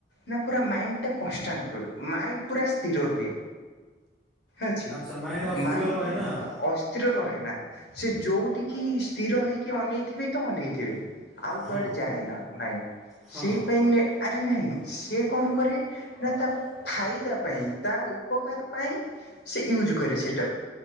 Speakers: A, on the left; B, in the centre.
A: ନା ପୁରା ମାଇଣ୍ଡଟା କନଷ୍ଟାଣ୍ଟ ରୁହେ ମାଇଣ୍ଡ ପୁରା ସ୍ଥିର ରୁହେ। ଅଛି
B: ଆଚ୍ଛା ଅସ୍ଥିର
A: ମାଇଣ୍ଡ
B: ରହେ
A: ପୁରା
B: ନା
A: <unintelligible>
B: ଆଉ
A: ସ୍ଥିର ରହେନା ସେ ଯୋଉଠିକି ସ୍ଥିର ହେଇକି ଅନେଇଥିବେ ତ ଅନେଇଥିବେ। ଆଉ କୁଆଡ଼େ
B: ହଁ
A: ଯାଏ ନା ଭାଇ
B: ହଁ
A: ସେଇପାଇ ଆରେ ନାହିଁ ସିଏ କଣ କରେ। ନା ତା ଫାଇଦା ପାଇଁ ତା ଉପକାର ପାଇଁ ସେ ୟୁଜ କରେ ସେ